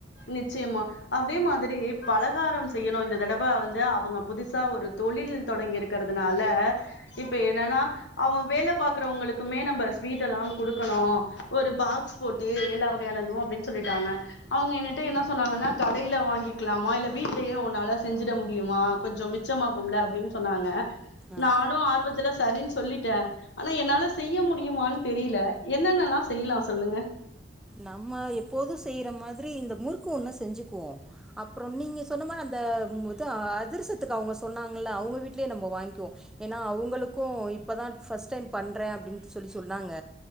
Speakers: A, on the left (about 85°); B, in the centre.
A: நிச்சியமா அதே மாதிரி பலகாரொ செய்யணு இந்த தடவ வந்து அவங்க புதுசா ஒரு தொழில் தொடங்கி இருக் குறதுனால இப்ப என்னனா அவ்ங்க வேல பாக்குறவங்களுக்குமே நம்ப ஸ்வீட்டெல்லா குடுக்கணு ஒரு பாக்ஸ் போட்டு எல்லா வகையானது அப்டின் சொல்லிட்டாங்க அவ்ங்க என்னுட்ட என்னா சொன்னாங்கனா கடையில வாங்கிக்லாமா இல்ல வீட்லயே உன்னால செஞ்சிட முடியுமா கொஞ்சொ மி ச்சமாகும்ல அப்டின் சொன்னாங்க
B: ஆ
A: நானு ஆர்வத்துல சரின் சொல்லி ட்ட ஆனா என்னால செய்ய முடியுமானு தெரிய்ல என்னென்னலா செய்லா சொல்லுங்க
B: நம்ம எப்போது செய்ற மாதிரி இந்த முறுக்கு ஒன்ன செஞ்சுக்குவோ அப்றொ நீங்கள் சொன்ன மாரி அந்தா இது அதிர்சத்துக்கு அவ்ங்க சொன்னாங்கல்ல அவ்ங்க வீட்டலயே நம்ம வாய்ங்க்கிவோ ஏனா அவங்களுக்கு இப்பதா ஃபஸ்ட் டைம் பண்றே அப்டின் சொல்லி சொன்னாங்க